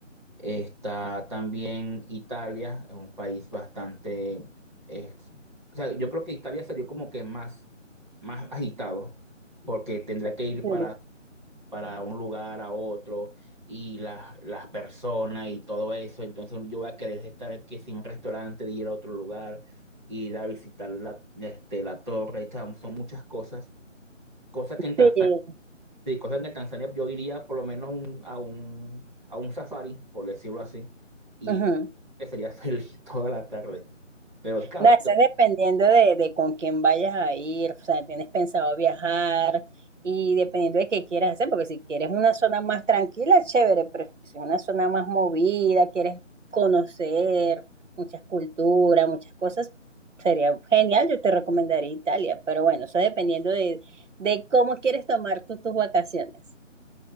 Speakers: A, on the right; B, on the right.
A: Está también Italia, es un país bastante... eh, o sea, yo creo que Italia sería como que más, más agitado, porque tendría que ir
B: Sí,
A: para, para un lugar a otro y las, las personas y todo eso. Entonces yo voy a querer estar que sin un restaurante, de ir a otro lugar, ir a visitar la, este, la torre. o sea, son muchas cosas, cosas que en Tanzania
B: sí.
A: Sí, cosas que en Tanzania yo iría por lo menos un- a un, a un safari, por decirlo así, y
B: Ujú.
A: que sería <laughs> feliz toda la tarde. Pero claro,
B: No, eso
A: to-
B: es dependiendo de, de con quién vayas a ir, o sea, tienes pensado viajar y dependiendo de qué quieras hacer, porque si quieres una zona más tranquila, chévere, pero si es una zona más movida, quieres conocer muchas culturas, muchas cosas, sería genial, yo te recomendaría Italia, pero bueno, eso dependiendo de, de cómo quieres tomar tú tus vacaciones.